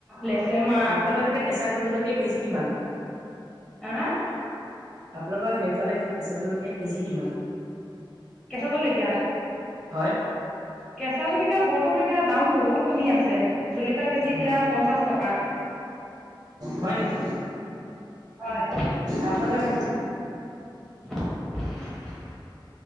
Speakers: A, in the centre; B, on the right.
A: লেচেমাহ।
B: আপোনালোকৰ এইফালে কেঁচা জলকীয়া কেজি কিমান?
A: <unintelligible>
B: আপোনালোকৰ সেইফালে, কেঁচা জলকীয়াৰ কেজি কিমান?
A: কেঁচা জলকীয়া,
B: হয়?
A: কেঁচা জলকীয়া বত। বৰ্তমান, এতিয়া দাম বহুত কমি আছে। জুলকীয়া কেজি
B: অঁ
A: এতিয়া, পঞ্চাশ টকা।
B: হয় নেকি
A: হয়।
B: আপোনালোকে
A: <unintelligible>